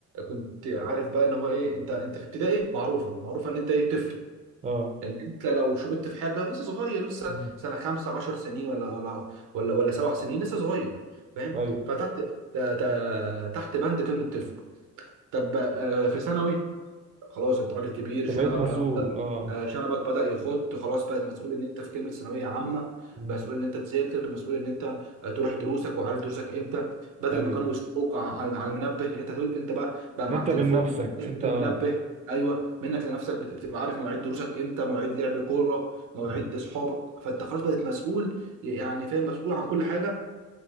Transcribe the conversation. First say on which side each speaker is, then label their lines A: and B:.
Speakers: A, on the right; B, on the right.
A: كنت عارف بقى اللي هو ايه انت انت في ابتدائي معروفه معروفه ان انت ايه طفل
B: اه
A: ان انت لو شربت في حاجه لسه صغير لسه
B: مم.
A: سنه خمسة عشر سنين ولا ولا ولا ولا سبع سنين لسه صغير فاهم
B: ايوه
A: فتحت ت- ت- تحت بند كلمه طفل طب آه، في ثانوي خلاص انت راجل كبير شنبك
B: فبقيت مسؤول
A: بقى
B: اه
A: آه، شنبك بدأ يخط خلاص بقت مسؤول ان انت في كلمة ثانوية عامة
B: مم.
A: مسؤول ان انت تذاكر مسؤول ان انت آه، تروح دروسك وعارف دروسك امتى بدل
B: ايوه
A: ما كانوا بيشوفوك ع- على على المنبه انت تقول انت بقى بقى معاك
B: انت من
A: تليفون
B: نفسك
A: تظبط
B: انت اه
A: المنبه ايوه منك لنفسك بت- بتبقى عارف مواعيد دروسك امتى مواعيد لعب كورة مواعيد
B: مم.
A: اصحابك فانت خلاص بقيت مسؤول يعني فاهم مسؤول عن كل حاجة